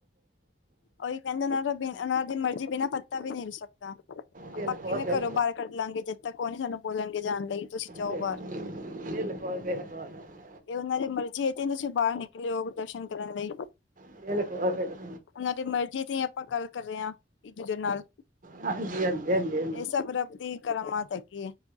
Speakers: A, on the left; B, on the right.
A: ਉਹੀ ਕਹਿੰਦੇ ਨੇ ਉਹਨਾਂ ਦਾ ਬਿ ਉਹਨਾਂ ਦੀ ਮਰਜੀ ਬਿਨਾਂ ਪੱਤਾ ਵੀ ਨਿਲ ਸਕਦਾ ਆਪਾਂ
B: ਦਿਲ ਕੋਲ
A: ਕਿਵੇਂ
B: ਦਿਲ
A: ਘਰੋ
B: ਦਿਲ ਕੋਲ ਦਿਲ
A: ਬਾਹਰ ਕੱਢ ਲਾਂਗੇ ਜਦ ਤੱਕ ਉਹ ਨੀ ਸਾਨੂੰ ਬੋਲਣਗੇ ਜਾਣ ਲਈ ਤੁਸੀਂ ਜਾਓ
B: ਦਿਲ-
A: ਬਾਰ।
B: <unintelligible>
A: ਇਹ ਉਹਨਾਂ ਦੀ ਮਰਜ਼ੀ ਇਹ ਤੇ ਤੁਸੀਂ ਬਾਹਰ ਨਿਕਲੇ ਹੋ ਦਰਸ਼ਨ ਕਰਨ ਲਈ।
B: <unintelligible>
A: ਉਹਨਾਂ ਦੀ ਮਰਜ਼ੀ ਤੇ ਆਪਾਂ ਗੱਲ ਕਰ ਰਹੇ ਹਾਂ ਇੱਕ ਦੂਜੇ ਨਾਲ।
B: ਹਾਂਜੀ-ਹਾਂਜੀ, ਹਾਂਜੀ।
A: ਇਹ ਸਭ ਰੱਬ ਦੀ ਕਰਾਮਾਤ ਹੈਗੀ ਹੈ